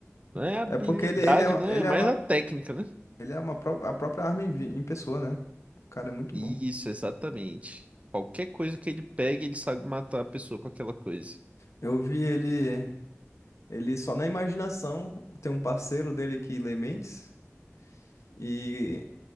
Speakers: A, on the right (about 30°); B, on the left (about 85°).
A: Não é a habilidade,
B: É porque ele, ele, é,
A: né?
B: ele
A: É mais
B: é uma,
A: a técnica, né?
B: ele é uma pró- a própria arma em, vi- em pessoa, né? O cara é muito
A: Isso,
B: bom.
A: exatamente. Qualquer coisa que ele pegue, ele sabe matar a pessoa com aquela coisa.
B: Eu vi ele, ele só na imaginação, tem um parceiro dele que lê mentes, e